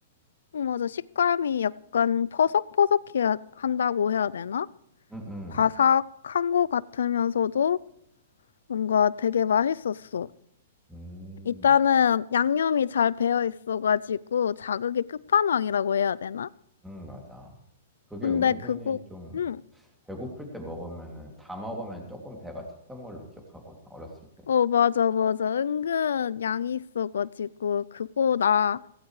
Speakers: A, on the left; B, in the centre.
A: 응, 맞아. 식감이 약간 퍼석퍼석해야 한다고 해야 되나?
B: 음, 음.
A: 바삭한 거 같으면서도 뭔가 되게 맛있었어.
B: 음.
A: 일단은 양념이 잘 배어 있어가지고 자극의 끝판왕이라고 해야 되나?
B: 음, 맞아. 그게
A: 근데
B: 은근히
A: 그거,
B: 좀
A: 응.
B: 배고플 때 먹으면은 다 먹으면 조금 배가 찼던 걸로 기억하거든, 어렸을 때.
A: 어, 맞아, 맞아. 은근 양이 있어가지고 그거 나